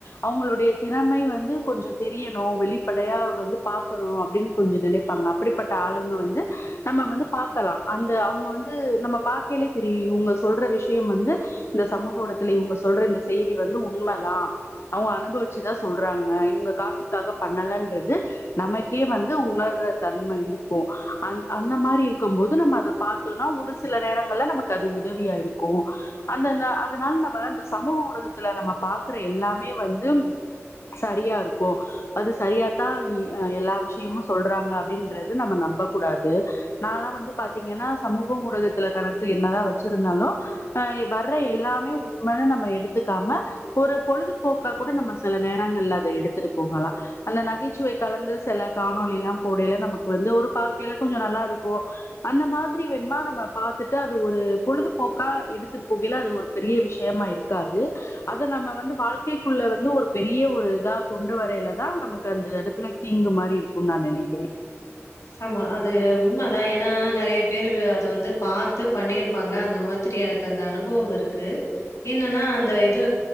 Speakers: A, on the left; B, on the left.
A: அவங்களுடைய திறமை வந்து கொஞ்சொ தெரியணு வெளிப்படையா வந்து பாக்கணு அப்டின்னு கொஞ்சோ நெனைப்பாங்க அப்டிப்பட்ட ஆளுங்க வந்து நம்ம வந்து பாக்கலா அந்த அவுங்க வந்து நம்ம பாக்கையிலே தெரியு இவுங்க சொல்ற விஷயம் வந்து இந்த சமூக ஊடகத்துல இவுங்க சொல்ற இந்த செய்தி வந்து உண்மதா அவுங்க அனுபவிச்சுதா சொல்றாங்க இவுங்க காசுக்காக பண்ணலன்றது நமக்கே வந்து உணர்ற தன்ம இருக்கூ அந் அந்த மாரி இருக்கும் போது நம்ம அத பாத்தோனா ஒரு சில நேரங்கள்ல நமக்கு அது உதவியா இருக்கூ அந்தந்த அதனால நம்ம அந்த சமூக ஊடகத்துல நம்ம பாக்குற எல்லாமே வந்து சரியாருக்கூ அது சரியாதா அ எல்லா விஷயமு சொல்றாங்க அப்டின்றது நம்ம நம்ப கூடாது நாலா வந்து பாத்தீங்கன்னா சமூக ஊடகத்துல கணக்கு என்னதா வச்சிருந்தாலு அ வர்ற எல்லாமே உண்மன்னு நம்ம எடுத்துக்காம ஒரு பொழுதுப்போக்கா கூட நம்ம செல நேரங்கள்ல அத எடுத்துட்டு போகலா அந்த நகைச்சுவை கலந்து செல காணொலி எல்லாம் போடையில நமக்கு வந்து ஒரு பாக்கையில கொஞ்சொ நல்லாருக்கூ அந்த மாதிரி வேணுமா நம்ம பாத்துட்டு அது ஒரு பொழுதுப்போக்கா எடுத்துட்டு போகையில அது ஒரு பெரிய விஷயமா இருக்காது அத நம்ம வந்து வாழ்க்கைக்குள்ள வந்து ஒரு பெரிய ஒரு இதா கொண்டு வரைலதா நமக்கு அந்த எடத்துல தீங்கு மாரி இருக்கும் நா நெனைக்கிறே
B: ஆமா அது உண்மதா ஏனா நெறைய பேரு வ அது வந்து பாத்து பண்ணீர் பாங்க அந்த மாதிரி எனக்கு அந்த அனுபவம் இருக்கு என்னன்னா அந்த இது